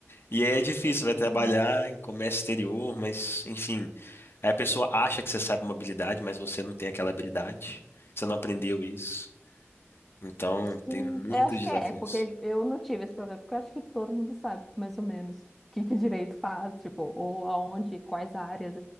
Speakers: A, on the left; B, in the centre.
A: E aí é difícil, vai
B: Hum.
A: trabalhar em comércio exterior, mas enfim. Aí a pessoa acha que você sabe uma habilidade, mas você não tem aquela habilidade. Você não aprendeu isso. Então,
B: Sim,
A: tem muitos
B: eu acho
A: desafios.
B: que é, é, porque eu não tive esse problema, porque eu acho que todo mundo sabe, mais ou menos, o que que direito faz, tipo, ou aonde, quais áreas